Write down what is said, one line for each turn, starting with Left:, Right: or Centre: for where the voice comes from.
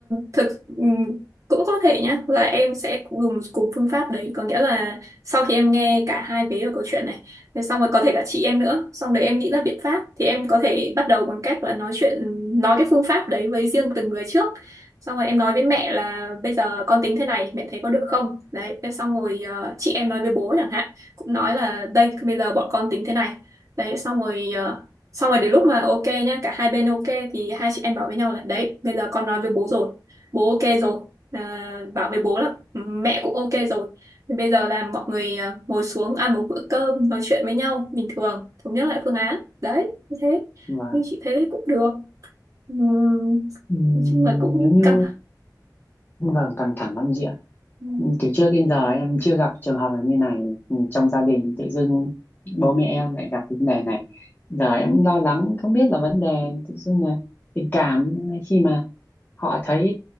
Right: thực ừm, cũng có thể nhá là em sẽ dùng cùng phương pháp đấy có nghĩa là sau khi em nghe cả hai vế của câu chuyện này thì xong rồi có thể cả chị em nữa xong để em nghĩ ra biện pháp thì em có thể bắt đầu bằng cách là nói chuyện nói cái phương pháp đấy với riêng từng người trước xong rồi em nói với mẹ là bây giờ con tính thế này mẹ thấy có được không đấy thế xong rồi ờ, chị em nói với bố chẳng hạn cũng nói là đây bây giờ bọn con tính thế này đấy xong rồi ờ, xong rồi đến lúc mà ok nhá cả hai bên ok thì hai chị em bảo với nhau là đấy bây giờ con nói với bố rồi bố ok rồi à, bảo với bố lắm mẹ cũng ok rồi thì bây giờ là mọi người à, ngồi xuống ăn một bữa cơm nói chuyện với nhau bình thường thống nhất lại phương án đấy như thế
Left: vâng
Right: nhưng chị thấy đấy cũng được Ừm,
Left: Ừm,
Right: nói chung là cũng
Left: nếu như
Right: căng thẳng.
Left: vâng căng thẳng lắm
Right: Ừm,
Left: Ừ, Từ trước đến giờ em chưa gặp trường hợp là như này Ừ, trong gia đình tự dưng bố mẹ em lại gặp cái vấn đề này giờ em lo lắng không biết là vấn đề tự dưng là tình cảm khi mà họ thấy